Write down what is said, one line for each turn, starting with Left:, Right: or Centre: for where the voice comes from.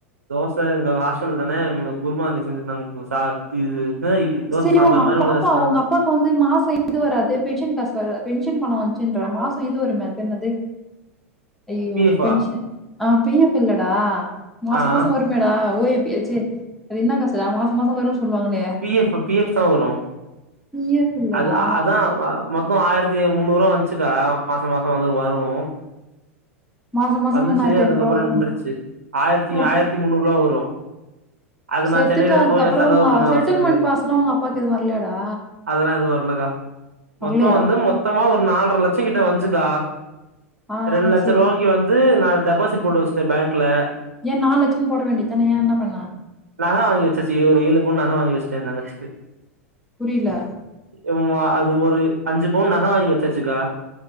Right: தோச எங்க ஹாஸ்டல் தானே இங்க குருமா இருந்து செஞ்சிருந்தாங்க சா இது இது தோச
Centre: செரி
Right: சாம்பார்
Centre: உங்க அ
Right: மாரி
Centre: பாப்பா
Right: ஒன்னு வச்சிருந்தாங்க
Centre: உங்க அப்பாவுக்கு வந்து மாசம் இது வராது பென்ஷன் காசு வர பென்ஷன் பணம் வந்துச்சுன்றா மாசம் இது ஒரு மேப் என்னது அய்யயோ
Right: பி எஃப்
Centre: பென்ஷன்
Right: ஆ
Centre: ஆஹ் பி எஃப் இல்லடா மாசம்
Right: ஆ
Centre: மாசம்
Right: ஆ
Centre: வருமேடா ஓ ஏ ஏ சீ அது என்ன காசுடா மாச மாச வரும் சொல்லுவாங்களே
Right: பி எஃப் பி எஃப் தான் வரும்
Centre: பிஎஃப் இல்லடா.
Right: அது அதான் மொத்தம் ஆயிரத்தி முன்னூரூபா வந்துச்சுக்கா மாச மாச வந்து வரும்
Centre: மாசம் மாசம்
Right: வந்துச்சு
Centre: ரூ.
Right: அதுக்கப்புறம்
Centre: வருமா?
Right: நின்றுச்சு ஆயிரத்தி
Centre: ஓ!
Right: ஆயிரத்தி முன்னூறுபா வரும் அது
Centre: செத்துட்டா
Right: நான் சென்னையில இருக்கவும்
Centre: அதுக்கப்புறம்
Right: என் செலவுக்கு
Centre: உங்க
Right: நா
Centre: செட்டில்மெண்ட்
Right: வச்சிருக்க
Centre: காசுலாம் உங்க அப்பாவுக்கு எதுவும் வரலையாடா?
Right: அதெல்லா எதும் வரலக்கா
Centre: வரலையா?
Right: மொத்தம் வந்து மொத்தமா ஒரு நால்ர லட்சம் கிட்ட ட்டு வந்துச்சுக்கா
Centre: ஆ, ஆ
Right: ரெண்டு லட்ச
Centre: சரி.
Right: ரூபாய்க்கு வந்து கு நான் டெபாசிட் போட்டு வச்சிட்டன் பேங்க்ல
Centre: ஏன் நாலு லட்சமும் போட வேண்டியதானே ஏன் என்ன பண்ண
Right: நக வாங்கி வச்சாச்சி ஒரு ஏலு பவுனு நக வாங்கி வச்சிட்டன் என் தங்கச்சிக்கு
Centre: புரியல
Right: ஆமா அது ஒரு அஞ்சு பவுன் நக வாங்கி வச்சாச்சுக்கா